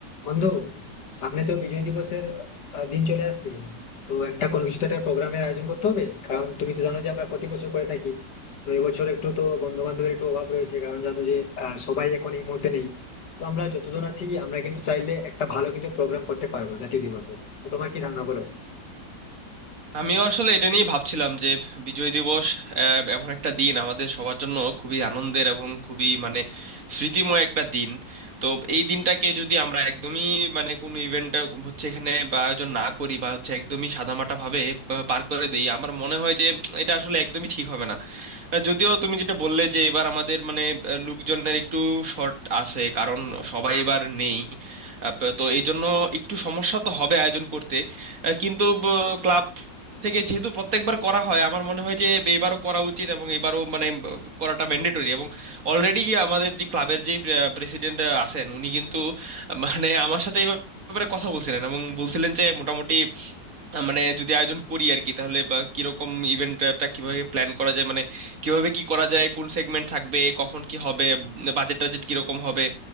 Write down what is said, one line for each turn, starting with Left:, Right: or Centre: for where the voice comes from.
Left: বন্ধু সামনে তো বিজয় দিবসের আহ, দিন চলে আসছে তো একটা কোনো কিছু তো একটা প্রোগ্রামের আয়োজন করতে হবে কারণ তুমি তো জানো যে আমরা প্রতি বছর করে থাকি তো এবছর একটু তো বন্ধু বান্ধবের একটু অভাব রয়েছে কারণ জানো যে আহ, সবাই এখন এই মুহূর্তে নেই তো আমরা যতজন আছি আমরা কিন্তু চাইলে একটা ভালো কিন্তু প্রোগ্রাম করতে পারবো জাতীয় দিবসে তো তোমার কি ধারণা বলো
Right: আমিও আসলে এটা নিয়েই ভাবছিলাম যে বিজয় দিবস আহ, এমন একটা দিন আমাদের সবার জন্য খুবই আনন্দের এবং খুবই মানে স্মৃতিময় একটা দিন তো এই দিনটাকে যদি আমরা একদমই মানে কোনো ইভেন্ট হচ্ছে এখানে বা আয়োজন না করি বা হচ্ছে একদমই সাদামাটা ভাবে পা- পার করে দিই আমার মনে হয় যে এটা আসলে একদমই ঠিক হবে না আহ, যদিও তুমি যেটা বললে যে এবার আমাদের মানে আহ, লোকজনের একটু শর্ট আছে কারণ সবাই এবার নেই আহ, ব- তো এই জন্য একটু সমস্যা তো হবে আয়োজন করতে আহ, কিন্তু ক্লাব থেকে যেহেতু প্রত্যেকবার করা হয় আমার মনে হয় যে এইবারও করা উচিত এবং এবারও মানে ব, করাটা ম্যান্ডেটরি এবং অলরেডি আমাদের যে ক্লাবের যে প্রেসিডেন্ট আছেন উনি কিন্তু আহ, মানে আমার সাথে এই ব্যাপারে কথা বলছিলেন এবং বলছিলেন যে মোটামুটি আহ, মানে যদি আয়োজন করি আর কি তাহলে বা কিরকম ইভেন্টটা কিভাবে প্ল্যান করা যায় মানে কিভাবে কি করা যায় কোন সেগমেন্ট থাকবে কখন কি হবে বাজেট টাজেট কিরকম হবে